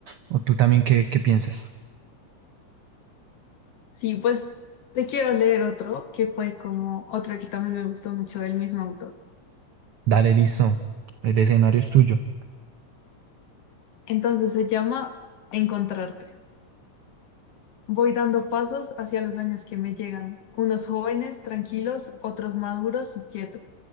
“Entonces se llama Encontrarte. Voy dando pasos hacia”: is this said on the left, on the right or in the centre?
Left